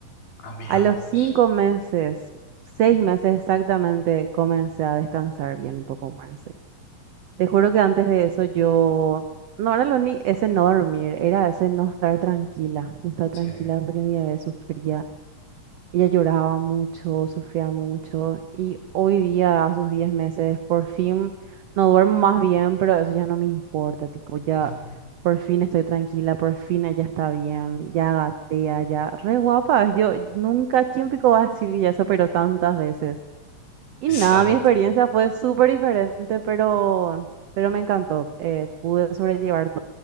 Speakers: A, on the left (about 85°); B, on the right (about 85°).
A: ah, mira
B: A los
A: vos.
B: cinco meses, seis meses exactamente, comencé a descansar bien un poco más. eh. Te juro que antes de eso yo, no era lo ni ese no dormir, era ese no estar tranquila, no estar
A: Sí.
B: tranquila porque mi bebé sufría ella lloraba mucho, sufría mucho y hoy día, a sus 10 meses, por fin no duermo más bien, pero eso ya no me importa, tipo, ya
A: Ujú.
B: por fin estoy tranquila, por fin ella está bien, ya gatea, ya re guapa. Yo nunca, ¿quién pico va a decir que ya se operó tantas veces? Y
A: Exacto.
B: nada, mi experiencia fue súper diferente, pero, pero me encantó. eh, pude sobrellevar to-